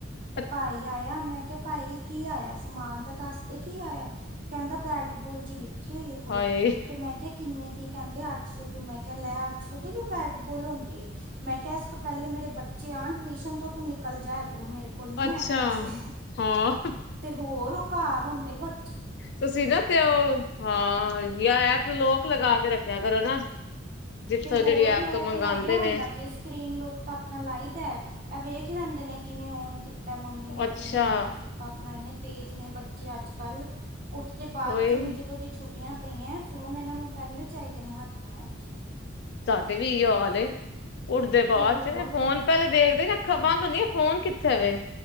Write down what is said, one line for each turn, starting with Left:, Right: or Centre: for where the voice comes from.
Left: ਹ।
Right: ਤੇ ਭਾਈ ਆਇਆ ਮੈਂ ਕਿਹਾ ਭਾਈ ਕੀ ਆਇਆ ਸਮਾਨ ਤਾਂ ਦੱਸਦੇ ਕੀ ਆਇਆ, ਕਹਿੰਦਾ ਬੈਟ। ਬੋਲ ਜੀ ਲਿਖੀ ਹੋਈ ਹੈ ਕੋਈ,
Left: ਹਾਏ
Right: ਤੇ ਮੈਂ ਕਿਹਾ ਕਿੰਨੇ ਕਹਿੰਦੇ ਅੱਠ ਸੌ ਦੀ ਮੈਂ ਕਿਹਾ ਲੈ ਅੱਠ ਸੌ ਦੀ ਵੀ ਬੈਟਬੋਲ ਹੁੰਦੀ ਏ। ਮੈਂ ਕਿਹਾ ਇਸ ਤੋਂ ਪਹਿਲੇ ਮੇਰੇ ਬੱਚੇ ਆਨ ਟਿਊਸ਼ਨ ਤੋਂ ਤੂੰ ਨਿਕ- ਕਲ ਜਾ ਇਧਰੋਂ ਮੇਰੇ ਕੋਲ ਨੀ
Left: ਅੱਛਾ
Right: ਹੈ ਪੈਸੇ
Left: ਹਾਂ
Right: ਤੇ ਹੋਰ ਉਹ ਘਰ ਹੁੰਦੇ ਬ-
Left: ਤੁਸੀਂ ਨਾ ਤੇਓ ਹਾਂ ਯ ਐਪ ਨੂੰ ਲੋਕ ਲਗਾ ਕੇ ਰੱਖਿਆ ਕਰੋ ਨਾ। ਜਿੱਥੋਂ
Right: ਤੇ ਹੋਰ
Left: ਜਿਹੜੀ
Right: ਲੋਕ
Left: ਐਪ ਤੋਂ ਮੰਗਵਾਉਂਦੇ
Right: ਲੱਗਿਆ ਹੁੰਦਾ
Left: ਨੇ
Right: ਜਿਸ। ਸਕਰੀਨ ਲੋਕ ਤਾਂ ਆਪਣਾ ਲਾਈ ਦਾ ਹੈ, ਇਹ ਵੇਖ ਲੈਂਦੇ ਨੇ ਕਿਵੇਂ ਓਨ- ਕਿਤਾ ਮੰਮੀ ਨੇ
Left: ਅੱਛਾ
Right: ਕਿਵੇਂ ਨੀ ਔਨ ਕੀਤਾ ਆਪਣਾ ਇੰਨੇ ਤੇਜ਼ ਨੇ ਬੱਚੇ ਅੱਜ ਕੱਲ। ਉੱਠਦੇ ਬਾਅਦ
Left: ਉਹੀ
Right: ਚ ਉਹਨੇ ਜਦੋਂ ਦੀ ਛੁੱਟੀਆਂ ਪਈਆਂ ਫੋਨ ਇਹਨਾਂ ਨੂੰ ਪਹਿਲੇ ਚਾਹੀਦੇ ਨੇ ਹੱਥਾਂ ਚ।
Left: ਸਾਡੇ ਵੀ ਇਹੀਓ ਹਾਲ ਏ ਉੱਠਦੇ ਬਾਅਦ
Right: ਤੇ ਹੋਰ
Left: ਚ ਨੇ ਫੋਨ ਪਹਿਲੇ ਦੇਖਦੇ ਹੀ ਅੱਖਾਂ ਬੰਦ ਹੁੰਦੀਆਂ ਫੋਨ ਕਿੱਥੇ ਵੇ।